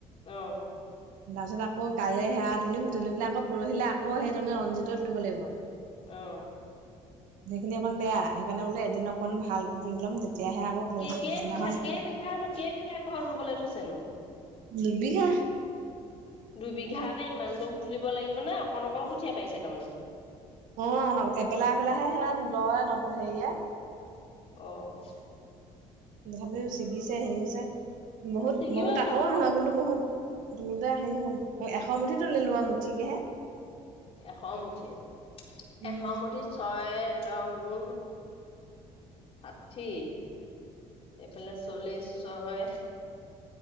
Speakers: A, on the left; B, on the right.
A: আহ
B: তাৰপিছত আকৌ কাজে সেৱা তুলিম তুলি পেলাই আকৌ পৰহিলে আকৌ সেইটোণে ৰঞজিততুললিব লাগিব।
A: আহ
B: সেইখিনি অকণ বেয়া সেইকাৰণে বোলে এদিন অকণ ভাল তুলি লম তেতিয়াহে আকৌ পৰ
A: ক কেইবিঘা
B: পিছদিনাখন
A: - কেইবিঘানো - কেইবিঘা ঘৰত ৰুবলৈ থৈছেনো?
B: ডুবি হে
A: দুবিঘাতে ইমান দম তুলিব লাগিব নে অকণ অকণ কঠীয়াা পাৰিছে তাৰমানে
B: অ এপেলাই এপেলাইহে সেয়া দয় ন হেৰিয়ে
A: অঁ
B: তথাপিও ছিগিছে হেৰি হৈছে বহুত
A: ছিগিবই
B: বহুত
A: চাপৰ।
B: আকৌ নহয় কিন্তু বহুত তোলোতে হেৰি হ'ল এশ মুঠি তুলিিলোৱা মুঠিকেহে
A: এশ মুঠি-
B: উম
A: এশ মুঠি ছয় দহ গুণ ষাঠি এইফালে চল্লিছ ছয়।